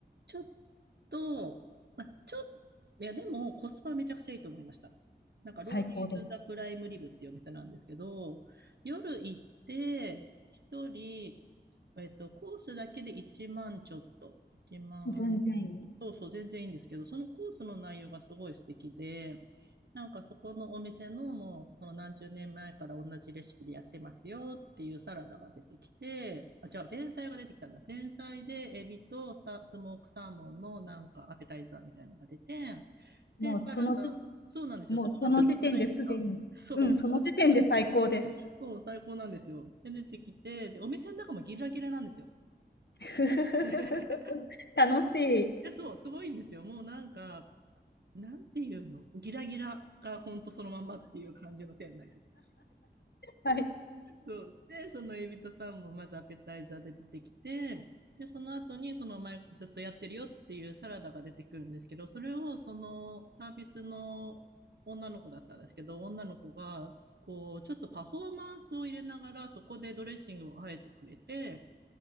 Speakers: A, on the right; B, on the left.
A: ちょっと、まあ、ちょっと、いや、でもコスパめちゃくちゃいいと思いました。なんか、
B: 最高です。
A: ローリーズ・ザ・プライムリブっていうお店なんですけど、夜行って、一人、えっと、コースだけで1万ちょっと、1万、
B: 全然いい。
A: そうそう、全然いいんですけど、そのコースの内容がすごい素敵で、なんかそこのお店のもう、その何十年前から同じレシピでやってますよっていうサラダが出てきて、あ、違う、前菜が出てきたんだ。前菜でエビとさスモークサーモンのなんかアペタイザーみたいのが出て、で、
B: もうその時
A: サラダ、そうなんですよ。
B: もうその時点ですでに、
A: そこが素敵じゃないですか。<laughs> そう、
B: うん、その時点で最高です。
A: そう、最高なんですよ。で、出てきて、で、お店の中もギラギラなんですよ。
B: <laughs>
A: <laughs>
B: 楽しい。
A: いやそう、すごいんですよ。もうなんか、なんていうのギラギラがほんとそのままっていう感じの店内です。
B: はい。
A: そう。で、そのエビとサーモンまずアペタイザーで出てきて、で、その後にその前ずっとやってるよっていうサラダが出てくるんですけど、それをそのサービスの女の子だったんですけど、女の子がこうちょっとパフォーマンスを入れながらそこでドレッシングをあえてくれて、